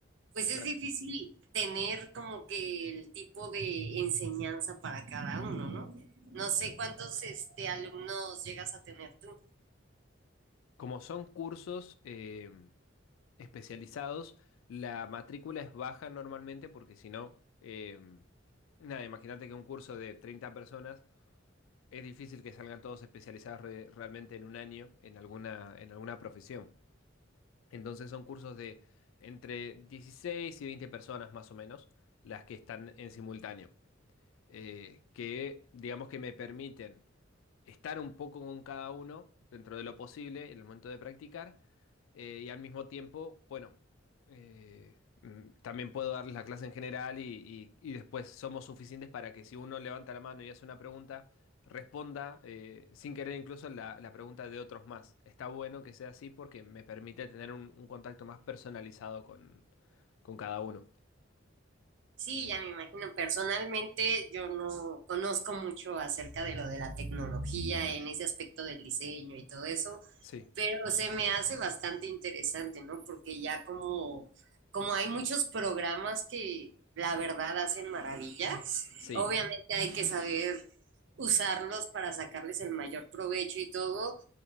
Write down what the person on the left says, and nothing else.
Claro.
Como son cursos eh, especializados, la matrícula es baja normalmente porque si no, eh, nada, imagínate que un curso de 30 personas Es difícil que salgan todos especializados re- realmente en un año en alguna, en alguna profesión. Entonces son cursos de entre 16 y 20 personas más o menos las que están en simultáneo eh, que digamos que me permiten estar un poco con cada uno dentro de lo posible en el momento de practicar eh, y al mismo tiempo, bueno, eh, mm, también puedo darles la clase en general y, y- y después somos suficientes para que si uno levanta la mano y hace una pregunta, responda eh, sin querer incluso la, la pregunta de otros más. Está bueno que sea así porque me permite tener un, un contacto más personalizado con, con cada uno.
Sí,
sí,